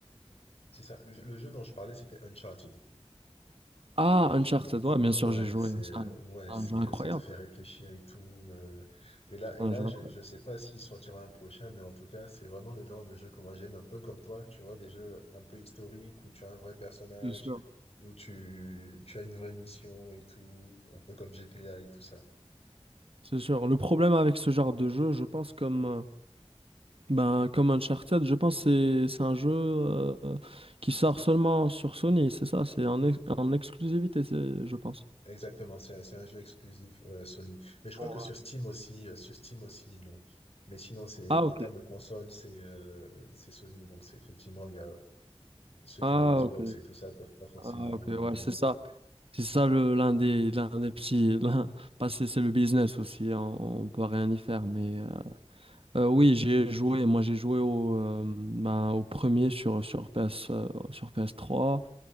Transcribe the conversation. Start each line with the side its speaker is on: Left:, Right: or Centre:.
Left: C'est ça. Le, le jeu dont je parlais, c'était Uncharted.
Right: Ah,
Left: Uncharted,
Right: Uncharted, ouais, bien
Left: ah
Right: sûr,
Left: ouais,
Right: j'ai joué.
Left: c'est, euh,
Right: C'est un,
Left: ouais,
Right: un
Left: c'est,
Right: jeu incroyable.
Left: euh, ça te fait réfléchir et tout. euh. et là,
Right: C'est
Left: et
Right: un
Left: là,
Right: jeu incroyable.
Left: je, je sais pas s'il sortira un prochain, mais en tout cas, c'est vraiment le genre de jeu que moi j'aime, un peu comme toi, tu vois, des jeux un peu historiques où tu as un vrai personnage,
Right: C'est sûr.
Left: où tu, tu as une vraie mission et tout, un peu comme GTA et tout ça.
Right: C'est sûr. Le problème avec ce genre de jeu, je pense, comme, euh, Ben, comme Uncharted, je pense que c'est c'est un jeu euh, qui sort seulement sur Sony, c'est ça, c'est en, ex- en exclusivité, c'est- je pense.
Left: Exactement, c'est un, c'est un jeu exclusif euh, Sony. Mais je
Right: Pour,
Left: crois que sur
Right: euh,
Left: Steam aussi, euh, sur Steam aussi, ils l'ont. Mais sinon, c'est
Right: Ah
Left: en
Right: ok,
Left: termes de console, c'est euh, c'est Sony, donc c'est effectivement il y a Ceux
Right: ah
Left: qui ont des Xbox
Right: ok,
Left: et tout ça peuvent pas forcément
Right: ah ok,
Left: euh,
Right: ouais,
Left: jouer.
Right: c'est ça. C'est ça le l'un des l'un des petits <laughs> l'un- pas c'est c'est le business aussi hein, on, peut rien y faire mais euh, euh, oui j'ai joué moi j'ai joué au euh, ben, au premier sur sur PS euh, sur PS3